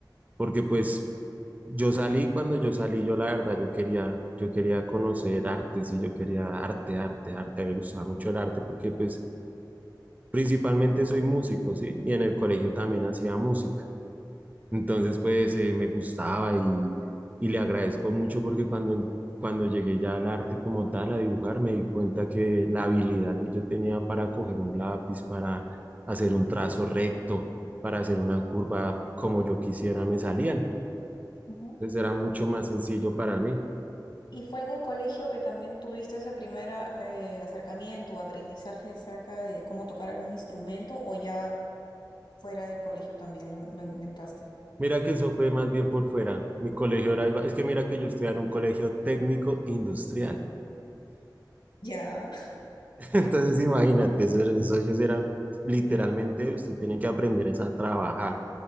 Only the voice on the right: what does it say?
porque pues yo salí, cuando yo salí, yo la verdad, yo quería, yo quería conocer artes y yo quería arte, arte, arte, a mí me gustaba mucho el arte porque pues principalmente soy músico, ¿sí? Y en el colegio también
hacía música.
Entonces, pues eh, me gustaba y, y le agradezco mucho porque cuando, cuando llegué ya al arte como tal, a dibujar, me di cuenta que la habilidad que yo tenía para coger un lápiz, para hacer un trazo recto, para hacer una curva como yo quisiera, me salían.
Entonces era mucho más sencillo para mí.
Mira que eso fue más bien por fuera. Mi colegio era igual. Es que mira que yo estudiaba en un colegio técnico industrial.
<laughs> Entonces imagínate, eso, eso ellos eran literalmente, usted tiene que aprender es a trabajar